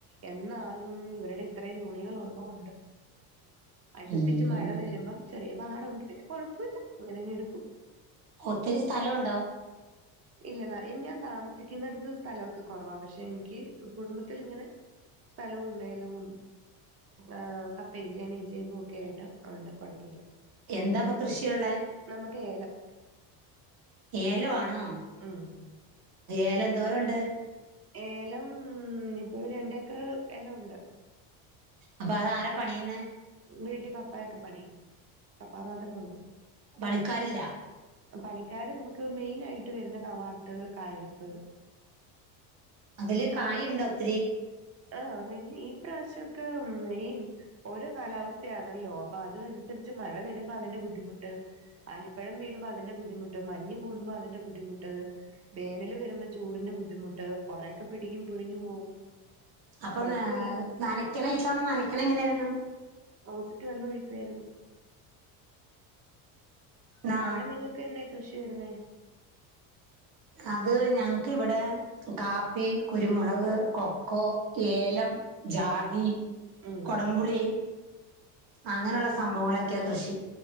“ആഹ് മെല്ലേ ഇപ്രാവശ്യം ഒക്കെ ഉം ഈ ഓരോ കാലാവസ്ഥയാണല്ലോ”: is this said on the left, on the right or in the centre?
Right